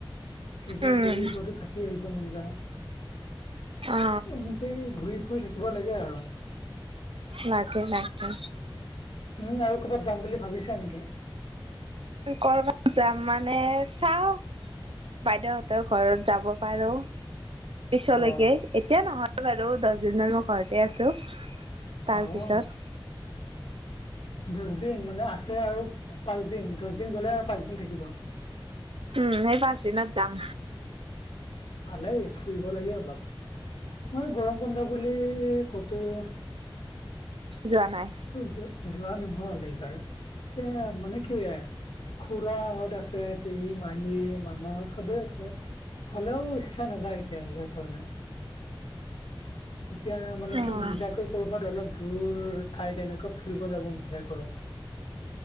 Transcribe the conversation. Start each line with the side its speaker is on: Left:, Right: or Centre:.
Left: কেইদিমান
Right: উম
Left: পেহী ঘৰতো থাকি আহিব মন যায়।
Right: অ
Left: এনেকেই ঘূৰি ফুৰি থাকিব লাগে আৰু
Right: লাগে লাগে।
Left: তুমি আৰু কৰ'বাত যাম বুলি ভাবিছা নেকি।
Right: কৰবাত যাম মানে চাওঁ, বাইদেউ হঁতৰ ঘৰত যাব পাৰোঁ পিছলৈকে।
Left: অ',
Right: এতিয়া নহয় বাৰু দহদিনমান মই ঘৰতে আছোঁ তাৰপিছত।
Left: অ', দহ দিন মানে আছে আৰু পাঁচ দিন দহ দিন গলে আৰু পাঁচ দিন থাকিব।
Right: উম সেই পাঁচ দিনত যাম।
Left: ভালেই ফুৰিব লাগে অলপ মই গৰম বন্ধ বুলি কতো,
Right: যোৱা নাই।
Left: যো যোৱা নহল এইবাৰ পিছে মানে কি। খুৰা সত আছে পেহী মাহী মামাহঁত চবেই আছে। হলেও ইচ্ছা নাযায় এতিয়া সিহঁতৰ। এতিয়া মানে
Right: অ',
Left: কি নিজাকৈ কৰবাত অলপ দূৰ ঠাইত তেনেকুৱা কৈ ফুৰিব যাব মন যায় গৰমত,